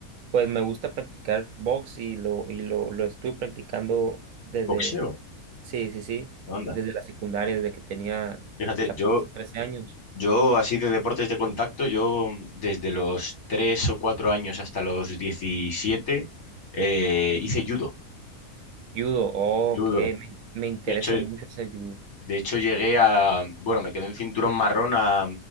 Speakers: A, on the right; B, on the left.
A: Pues me gusta practicar box y lo, y lo, lo estuve practicando desde,
B: Boxeo,
A: sí, sí, sí,
B: anda.
A: desde la secundaria, desde que tenía
B: Fíjate,
A: 14
B: yo
A: 13 años.
B: Yo, así de deportes de contacto, yo desde los 3 o 4 años hasta los 17 eh, hice judo,
A: Judo, oh,
B: judo.
A: ok, me, me interesa
B: De hecho,
A: mucho hacer judo.
B: de hecho llegué a, bueno, me quedé en cinturón marrón a-